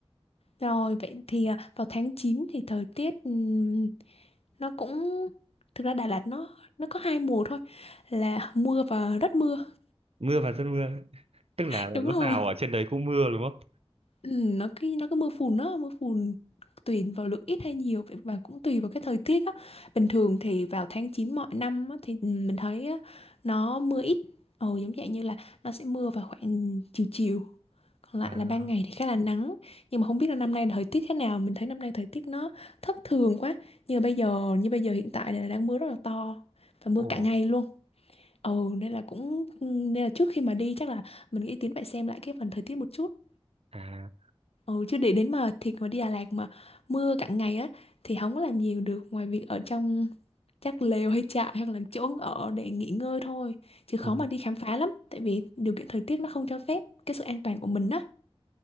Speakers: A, on the left; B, on the right.
A: Rồi, vậy thì à, vào tháng 9 thì thời tiết ừm, nó cũng thực ra Đà Lạt nó nó có hai mùa thôi là mưa và rất mưa.
B: mưa và rất mưa tức là
A: <laughs> Đúng
B: lúc
A: rồi.
B: nào ở trên đấy cũng mưa đúng không
A: Ừ, nó cái nó có mưa phùn đó mưa phùn tùy vào lượng ít hay nhiều vậy và cũng tùy vào cái thời tiết á bình thường thì vào tháng 9 mọi năm á, thì ừ, mình thấy á, nó mưa ít ồ giống vậy như là nó sẽ mưa vào khoảng chiều chiều còn lại
B: à
A: là ban ngày thì khá là nắng nhưng mà không biết là năm nay thời tiết thế nào mình thấy năm nay thời tiết nó thất thường quá như bây giờ như bây giờ hiện tại này là đang mưa rất là to và mưa
B: ồ
A: cả ngày luôn ồ nên là cũng nên là trước khi mà đi chắc là mình nghĩ Tiến phải xem lại cái phần thời tiết một chút
B: à
A: Ừ, chứ để đến mà thiệt mà đi Đà Lạt mà mưa cả ngày á thì không có làm nhiều được ngoài việc ở trong chắc lều hay trại hoặc là chỗ ở để nghỉ ngơi thôi chứ khó
B: ồ,
A: mà đi khám phá lắm tại vì điều kiện thời tiết nó không cho phép cái sự an toàn của mình á